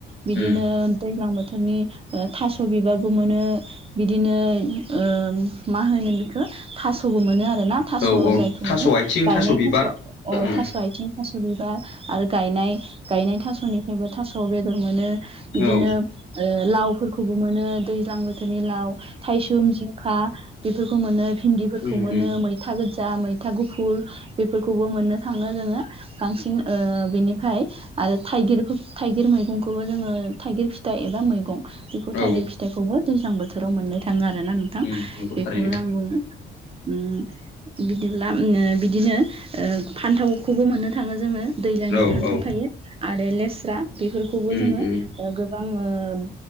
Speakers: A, on the right; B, on the left.
A: बिदिनो
B: उम
A: दैज्लां बोथोरनि ओ थास' बिबारबो मोनो बिदिनो ओ मा होनो बिखौ थास'बो मोनो आरोना थास'
B: औ औ
A: जायखौ
B: थास'
A: मोनो
B: आथिं
A: गायनाय
B: बिबार
A: थास' अ
B: उम
A: थास' आथिं थास' बिबार आरो गायनाय गायनाय थास'निफ्रायबो थास'आव बेदर मोनो बिदिनो
B: औ
A: ओ लावफोरखौबो मोनो दैज्लां बोथोरनि लाव थायसुम जिंखा बेफोरखौ मोनो भिन्दिफोरखौ
B: उम
A: मोनो
B: उम
A: मै था गोजा मैथा गुफुर बेफोरखौबो मोननो थाङो जोङो गांसिन ओ बिनिफ्राय आरो थाइगिर थाइगिर मैगंखौबो जोङो थाइगिर फिथाइ एबा मैगं बेखौ
B: औ
A: थाइगिर फिथाइखौबो दैज्लां बोथोराव मोननो थाङो आरोना नोंथां
B: उम नंगौ
A: बेखौनो
B: थारैनो
A: आंबुं उम बिदिब्ला ओ बिदिनो ओ फान्थावखौबो मोननो थाङो जोङो दैज्लांनि
B: औ
A: फान्थाव
B: औ
A: थायो आरो लेस्रा बेफोरखौबो अ
B: उम
A: जोङो
B: उम
A: गोबां ओ